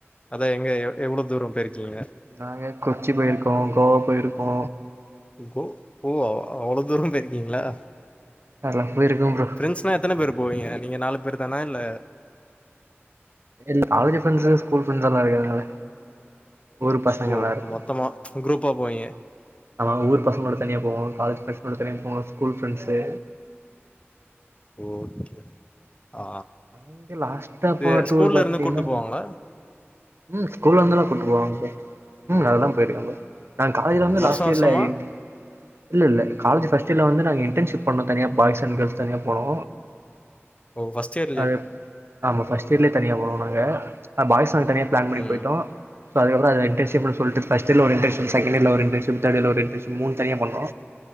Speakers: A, on the left; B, on the right.
A: அதா எங்க எ எவ்ளோ தூரம் போய்ர்க்கீங்க?
B: நாங்க கொச்சி போய்ருக்கோ கோவா போயிருக்கோ.
A: கோ ஓ அவ்ளோ தூரம் போயிருக்கீங்ளா?
B: அதுல்லா போயிருக்கம் ப்ரோ.
A: ஃபிரெண்ஸ்னா எத்தன பேரு போவீங்க நீங்க நாலு பேரு தானா இல்ல
B: இல் காலேஜு ஃப்ரெண்ஸ்சு ஸ்கூல் ஃப்ரெண்ஸல்லா இருக்காங்கல்ல. ஊரு பசங்க
A: ஓ
B: எல்லா இருக்காங்கள்ல.
A: மொத்தமா குரூப்பா போவீங்க
B: ஆமா. ஆமா ஊர் பசங்களோட தனியா போவோ காலேஜ் பசங்ளோட தனியா போவோ ஸ்கூல் ஃப்ரெண்ஸு.
A: ஓகே ஆ
B: இங்க லாஸ்ட்டா
A: இது
B: போன டூர்
A: ஸ்கூல்ல
B: பாத்தீங்கன்னா
A: இருந்து கூட்டு போவாங்ளா?
B: ம் ஸ்கூல்லர்ந்து எல்லா கூட்டு போவாங்க ப்ரோ. ம்
A: ஓ
B: அதெலலாம் போயிருக்கே ப்ரோ நா காலேஜ்ல வந்து
A: வருஷ
B: லாஸ்ட் இயர்ல
A: வருஷமா
B: எங் இல்ல இல்ல காலேஜ் ஃபர்ஸ்ட் இயர்ல வந்து இன்டர்ன்ஷிப் பண்ணோ தனியா பாய்ஸ் அண்ட் கேள்ஸ் தனியா போனோ
A: ஓ ஃபஸ்ட் இயர்லே
B: அது ஆமா ஃபர்ஸ்ட் இயர்லயே தனியா போனோ நாங்க ஆ பாய்ஸ் அங்கே தனியா பிளான் பண்ணி
A: ம்
B: போயிட்டோ சோ அதுக்கப்றோ இன்டர்ன்ஷிப்புன்னு சொல்லட்டு ஃபஸ்ட் இயர்ல ஒரு இன்டர்ன்ஷிப் செகண்ட் இயர்ல ஒரு இன்டர்ன்ஷிப் தேர்ட் இயர்ல ஒரு இன்டர்ன்ஷிப் மூணு தனியா பண்ணோ